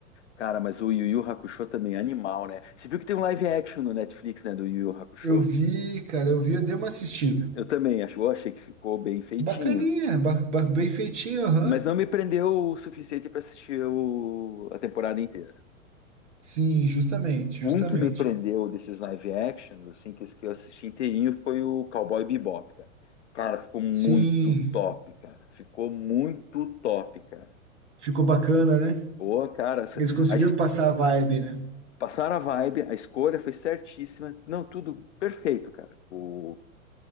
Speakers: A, on the left (about 60°); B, on the right (about 60°).
A: Cara, mas o Yu Yu Hakusho também é animal, né? Você viu que tem um live action no Netflix, né, do Yu Yu Hakusho?
B: Eu vi, cara, eu vi, eu dei uma assistida.
A: Eu também acho, eu achei que ficou bem feitinho,
B: É Bacaninha, ba- ba- bem feitinho, aham.
A: mas não me prendeu o suficiente para assistir o- a temporada inteira.
B: Sim, justamente,
A: Um
B: justamente.
A: que me prendeu desses live actions, assim, que, que eu assisti inteirinho, foi o Cowboy Bebop, cara. Cara, ficou muito
B: Sim,
A: top, cara. Ficou muito top, cara.
B: ficou bacana, né?
A: Pô, cara, essa-
B: Eles conseguiram
A: a, es-
B: passar a vibe, né?
A: passaram a vibe, a escolha foi certíssima. Não, tudo perfeito, cara. O